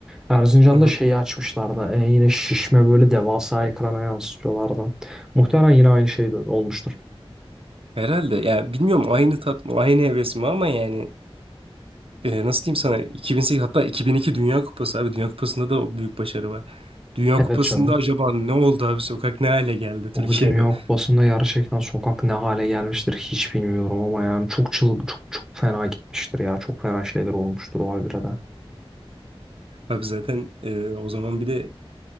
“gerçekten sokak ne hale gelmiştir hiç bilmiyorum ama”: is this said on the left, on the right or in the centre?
Centre